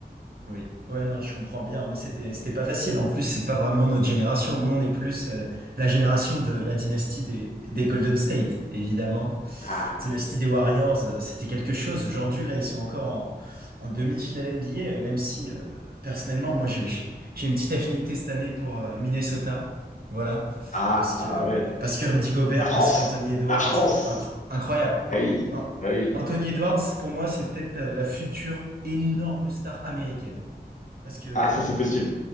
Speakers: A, on the right; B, on the left.
A: Oui, ouais, non, je comprends bien, mais c'était c'était pas facile. En plus, c'est pas vraiment notre génération. Nous, on est plus euh, la génération de la dynastie des, des Golden State, évidemment.
B: Ah
A: Dynastie
B: oui.
A: des Warriors, euh, c'était quelque chose. Aujourd'hui, là, ils sont encore en, en demi-finale NBA, euh, même si euh, personnellement, moi, j'ai j'ai j'ai une petite affinité cette année pour euh, Minnesota. Voilà,
B: Ah,
A: parce que
B: ah, ouais.
A: parce que Rudy Gobert,
B: La France.
A: parce qu'Anthony Edwards,
B: La France.
A: euh, incro- incroyable.
B: Ah oui.
A: An-
B: Ah oui.
A: Anthony Edwards, pour moi, c'est peut-être euh, la future énorme star américaine. Parce que,
B: Ah, ça c'est possible.